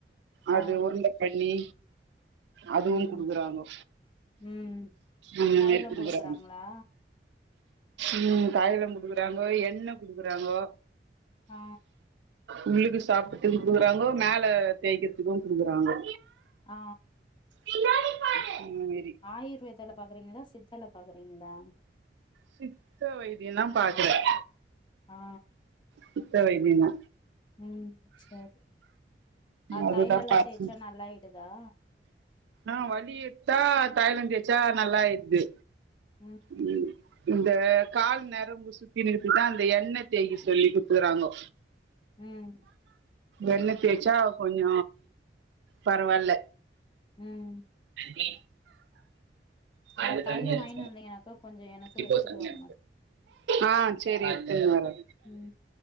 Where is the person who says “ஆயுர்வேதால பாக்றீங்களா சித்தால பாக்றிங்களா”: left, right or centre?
Left